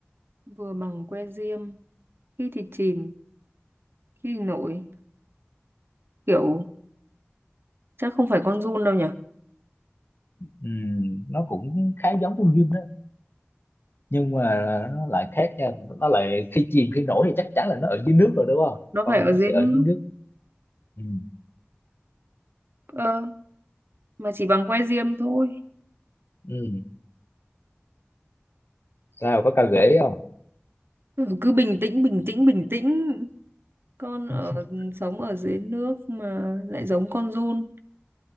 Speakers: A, on the right; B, on the left.
A: Vừa bằng que diêm, khi thì chìm, khi thì nổi. Kiểu chắc không phải con giun đâu nhỉ?
B: Ừm, nó cũng khá giống con diêm đó, nhưng mà nó lại khác nha. Nó lại khi chìm khi nổi thì chắc chắn là nó ở dưới nước rồi đúng không?
A: Nó
B: Con
A: phải
B: này
A: ở
B: nó
A: dưới
B: sẽ
A: nước.
B: ở dưới nước. Ừm,
A: Ờ, mà chỉ bằng que diêm thôi.
B: ừm. Sao có cao ghế không?
A: Ừ, cứ bình tĩnh, bình tĩnh, bình tĩnh. Con ở
B: <laughs>
A: sống ở dưới nước mà lại giống con giun,